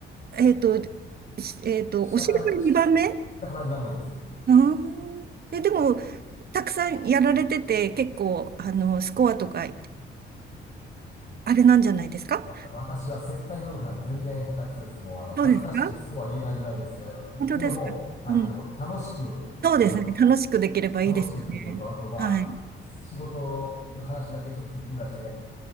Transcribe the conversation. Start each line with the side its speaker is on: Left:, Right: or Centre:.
Right: えっと、しえっと、
Left: 下から、
Right: お尻が2番目
Left: し下から2番目です。
Right: あーえ、でも、たくさんやられてて、結構、あの、スコアとか、
Left: も
Right: あれなんじゃないですか
Left: うわた、私は接待ゴルフなんで全然下手くそです。もうあの、恥ずかしくてスコア言えないぐらいですが、
Right: そうですか本当ですかうん。
Left: けども、はい、でも楽しく、
Right: そうですね。
Left: あの、
Right: 楽しくできればいいですよね。
Left: 楽しくできるのと、あとまあ、
Right: はい。
Left: 仕事の話だけちょっと10分ぐらいして、